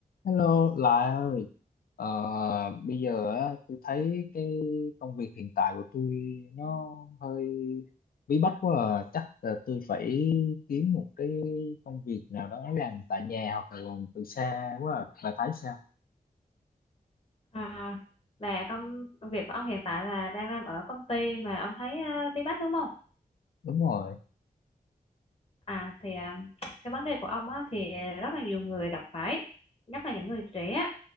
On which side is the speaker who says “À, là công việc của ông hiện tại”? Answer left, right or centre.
Left